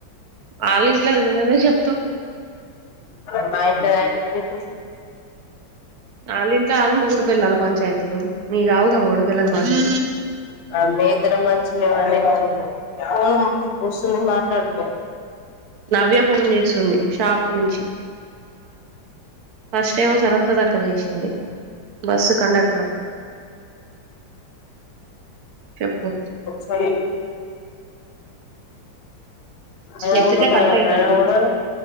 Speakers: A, on the right (about 55°); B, on the left (about 65°).
A: వాళ్ళింట్లది నువ్వేందుకు చెప్తవు.
B: తె మా ఇంట్లది <inaudible>
A: ఆళ్ళింట్ల ఆళ్ళు మొగుడు పెళ్ళాల పంచాయతీలు మీయి కావుగా మొగుడు పెళ్ళాల పంచా
B: అ మేం ఇద్దరం మంచిగలేమనే <inaudible> ఫోన్ వస్తుంది మాట్లాడుకో.
A: నవ్య ఫోన్ చేస్తుంది షాప్ నుంచి. ఫస్ట్ ఎమో సరస్వతి అక్క చేశింది బస్సు కండక్టర్ అక్క. చెప్పు
B: సర అయినా
A: ఎత్తితే
B: కూడా మా
A: కట్ అయితది
B: అయినా
A: తెలుసుగా.
B: కూడా